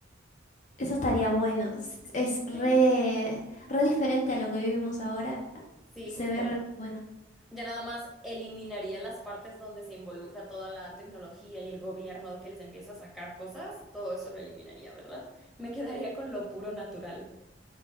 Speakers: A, on the left (about 40°); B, in the centre.
A: eso estaría bueno. Es, es re,
B: Sí.
A: re diferente a lo que vivimos ahora.
B: Sí,
A: Se
B: justo.
A: ve re bueno.
B: Ya nada más eliminaría las partes donde se involucra toda la tecnología y el gobierno que les empieza a sacar cosas, todo eso lo eliminaría, ¿verdad? Me quedaría con lo puro natural.